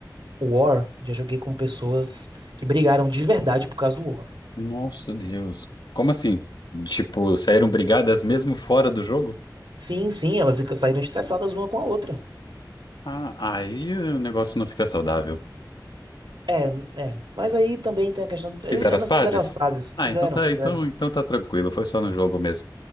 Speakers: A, on the right; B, on the left.
A: War, já joguei com pessoas que brigaram de verdade por causa do War.
B: Nossa Deus. Como assim? Tipo, saíram brigadas mesmo fora do jogo?
A: Sim, sim, elas fica- saíram estressadas uma com a outra.
B: Ah, aí o negócio não fica saudável.
A: É, é. Mas aí também tem a questão. ele-
B: Fizeram
A: Elas
B: as pazes?
A: fizeram as pazes.
B: Ah,
A: Fizeram,
B: então tá,
A: fizeram.
B: então, então tá tranquilo, foi só no jogo mesmo.